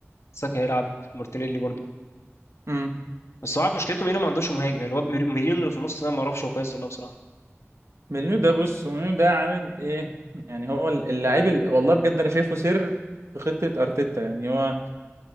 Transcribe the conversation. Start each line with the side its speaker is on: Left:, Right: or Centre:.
Left: ساكا هيلعب مارتينيلي برضو
Right: امم
Left: بس هو عارف مشكلته مينو ما عندوش مهاجم يعني الواد ميري- ميرينو اللي في النص ده ما اعرفش هو كويس ولا لا بصراحة
Right: مورينيو ده بص مورينيو ده عامل ايه يعني هو اللعيب ال- والله بجد انا شايفه سر في خطة ارتيتا يعني هو